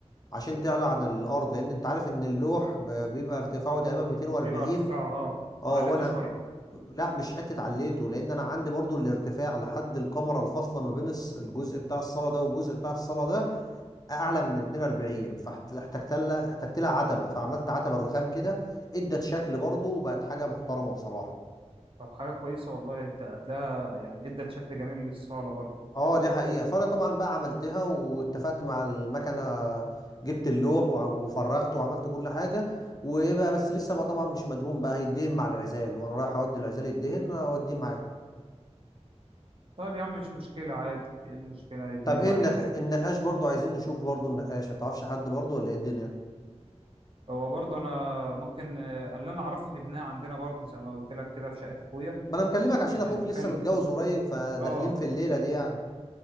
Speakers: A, on the left; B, on the right.
A: عشان تعلى عن الارض لان انت عارف ان اللوح ب- بيبقى
B: آه،
A: ارتفاعه تقريبا 240
B: بيبقى ارتفاع اه
A: اه
B: عليته
A: وانا
B: شويه
A: لا مش حته عليته لان انا عندي برضو الارتفاع لحد الكمره الفاصله ما بين الس- الجزء بتاع الصاله ده والجزء بتاع الصاله ده اعلى من 42 فاحتجت لها احتجت لها عتبه فعملت عتبه رخام كده ادت شكل برضو وبقت حاجه محترمه بصراحه
B: طب حاجه كويسه والله هت- هتلاقيها يعني ادت شكل جميل للصاله برضه
A: اه دي حقيقه فانا طبعا بقى عملتها واتفقت مع المكنه جبت اللوح وع- وفرغته وعملت كل حاجه وايه بقى بس لسه بقى طبعا مش مدهون بقى هيدهن مع العزال وانا رايح اودي العزال يدهن اوديه معايا
B: طيب يا عم مش مشكله عادي ايه المشكله يدهنوا
A: طب ايه
B: على
A: النق...
B: ذلك
A: النقاش برضو عايزين نشوف برضو النقاش ما تعرفش حد برضو ولا ايه الدنيا
B: هو برضه انا ممكن آه، اللي انا اعرفه جبناه عندنا برضه زي ما قلت لك كده في شقه اخويا
A: ما انا مكلمك عشان
B: آه،
A: اخوك
B: ده
A: لسه
B: كان
A: متجوز قريب فداخلين
B: اه
A: في الليله دي يعني